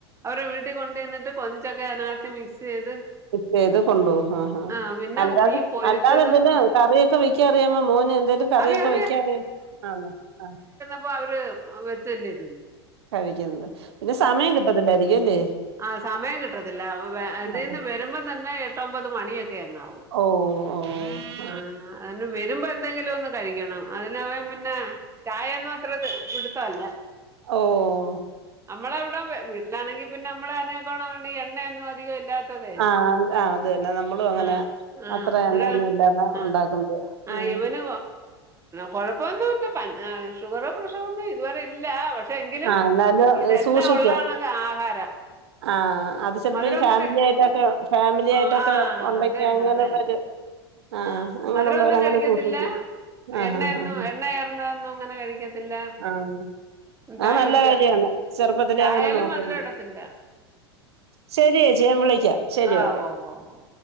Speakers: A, on the right; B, on the right.
A: അവരെ വീട്ട ട്ട് കൊണ്ടു ചെന്നിട്ട് കൊഞ്ചൊക്കെ അതിനകത്ത് മിക്സ് ചെയ്ത്
B: ചെയ്ത് കൊണ്ടുപോവും ആഹ് ആഹ്
A: ആ പിന്നെ
B: അല്ലാതെ
A: മീൻ പൊരിച്ചതും
B: അല്ലാതെ എന്തെല്ലാ കറിയൊക്കെ വെ ചെറിയമ്മ മോന് എന്തേലും കറിയൊക്കെ
A: അറിയാം
B: വെക്കാറിയാം ആണോ ആഹ്
A: അപ്പോ അവര് വെച്ചല്ലേ ഇത്.
B: കഴിക്കുന്നത് പിന്നെ സമയം കിട്ടത്തില്ലായിരിക്കും അല്ലേ.
A: ആ സമയം കിട്ടത്തില്ല ഇതിൽന്ന്
B: ആഹ്
A: വരുമ്പം തന്നെ എട്ടൊമ്പത് മണിയൊക്കെ അങ്ങാവും.
B: ഓഹ്
A: ആഹ് ആനം വരുമ്പോ എന്തെങ്കിലും ഒന്ന് കഴിക്കണം, അതിന് അവൻ പിന്നെ ചായയൊന്നും അത്ര ഇത് പിടുത്തല്ല.
B: ഓഹ്
A: നമ്മളവിടെ വീട്ടിലാണെങ്കിൽ പിന്നെ നമ്മളെ അയിനേക്കാണെങ്കിൽ എണ്ണയൊന്നും അധികം ഇല്ല. അതേ
B: ആഹ് ആഹ് അത് തന്നെ നമ്മളും അങ്ങനെ
A: ആഹ് ആഹ്
B: അത്ര എണ്ണയൊന്നും
A: ആഹ്
B: ഇല്ലാതെ
A: ആഹ്
B: ഉണ്ടാക്കുന്നത്
A: ആ
B: ഉം
A: ഇവന് കൊഴപ്പന്നുല്ല ഷുഗർ പ്രഷറൊന്നും ഇതുവരെ ഇല്ല പ പക്ഷേ എങ്കിലും
B: ആ എന്നാലും
A: ഇതെല്ലാം
B: സൂക്ഷിക്കും
A: ഉള്ളകണക്ക ആഹാരം
B: ആ അത് ചിലപ്പോൾ
A: മധുരം
B: ഈ
A: ഒന്നും
B: ഫാമിലി
A: കഴിക്കത്തില്ല
B: ആയിട്ടൊക്കെ ഫാമിലി ആയിട്ടൊക്കെ
A: ആഹ്
B: ഉണ്ടെങ്കിൽ
A: അതന്നെ
B: അങ്ങനെയുള്ളവർ
A: അതന്നെ.
B: ആ
A: ആഹ്
B: അങ്ങനെയുള്ളവർ
A: മധുരമൊന്നും
B: അങ്ങനെ
A: കഴിക്കത്തില്ല.
B: സൂക്ഷിക്കും ആ
A: എണ്ണയൊന്നും
B: ഹാ ഹാ ഹാ
A: എണ്ണ ഏറുന്നതൊന്നും അങ്ങനെ കഴിക്കത്തില്ല.
B: ആഹ്
A: ഉം,
B: അത്
A: ചായ
B: നല്ല
A: കുടിക്കുക
B: കാര്യാണ്. ചെറുപ്പത്തിലെ
A: ചായയിലും
B: അങ്ങനെ നോക്കുന്നു.
A: മധുരം ഇടത്തില്ല
B: ശരിയേച്ചിയേ ഞാൻ വിളിക്കാം ശരി
A: ആ
B: ഓക്കെ.
A: ഓ ഓ ഓ ഓ.